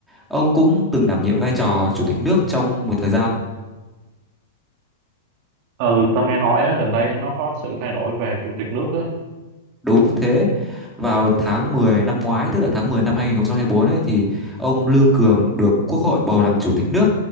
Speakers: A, in the centre; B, on the right.
A: Ông cũng từng đảm nhiệm vai trò chủ tịch nước trong một thời gian.
B: Ừ, tao nghe nói á, gần đây nó có sự thay đổi về chủ tịch nước á.
A: Đúng thế. Vào tháng 10 năm ngoái, tức là tháng 10 năm 2024 ấy thì ông Lương Cường được Quốc hội bầu làm chủ tịch nước